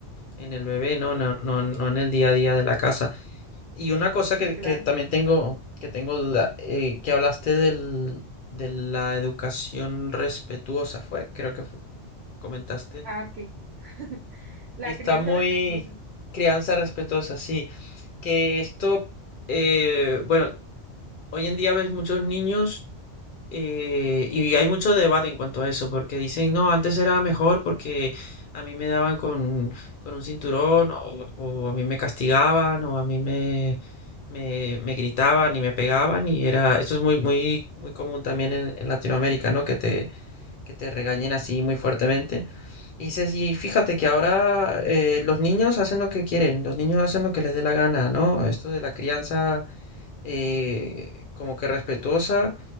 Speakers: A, on the left; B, on the right.
A: en el bebé, ¿no? No, no, no en el día a día de la casa. Y una cosa
B: Sí,
A: que,
B: claro.
A: que también tengo, que tengo duda, eh, que hablaste del, de la educación respetuosa, fue, creo que fue, comentaste
B: Ah, ok. <laughs> La
A: que está
B: crianza
A: muy
B: respetuosa.
A: crianza respetuosa, sí. Que esto, eh, bueno, hoy en día ves muchos niños eh, y hay mucho debate en cuanto a eso, porque dicen, no, antes era mejor porque a mí me daban con, con un cinturón o, o a mí me castigaban o a mí me, me, me gritaban y me pegaban y era, eso es muy, muy, muy común también en, en Latinoamérica, ¿no? Que te, que te regañen así muy fuertemente. Y Ceci, y fíjate que ahora eh, los niños hacen lo que quieren, los niños hacen lo que les dé la gana, ¿no? Esto de la crianza eh, como que respetuosa